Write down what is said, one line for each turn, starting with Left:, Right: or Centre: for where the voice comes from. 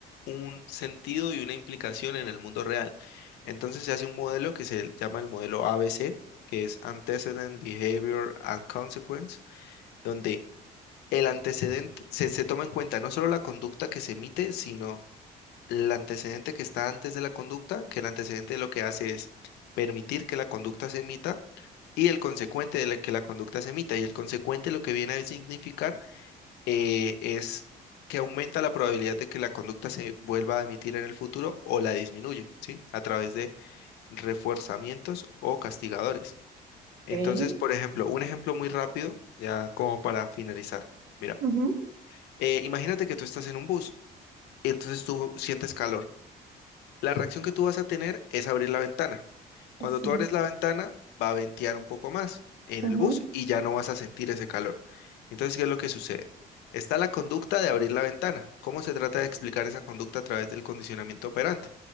Left: un sentido y una implicación en el mundo real. Entonces se hace un modelo que se llama el modelo ABC, que es Antecedent, Behavior and Consequence, donde el antecedente se, se toma en cuenta no solo la conducta que se emite, sino el antecedente que está antes de la conducta, que el antecedente lo que hace es permitir que la conducta se emita y el consecuente de la- que la conducta se emita. Y el consecuente lo que viene a significar eh, es que aumenta la probabilidad de que la conducta se vuelva a emitir en el futuro o la disminuye, ¿sí? A través de refuerzamientos o castigadores. Entonces,
Right: Okay,
Left: por ejemplo, un ejemplo muy rápido, ya como para finalizar. Mira,
Right: Ujú,
Left: eh, imagínate que tú estás en un bus, entonces tú sientes calor. La reacción que tú vas a tener es abrir la ventana.
Right: pues
Left: Cuando
Right: Sí.
Left: tú abres la ventana, va a ventear un poco más en
Right: ujú,
Left: el bus y ya no vas a sentir ese calor. Entonces, ¿qué es lo que sucede? Está la conducta de abrir la ventana. ¿Cómo se trata de explicar esa conducta a través del condicionamiento operante?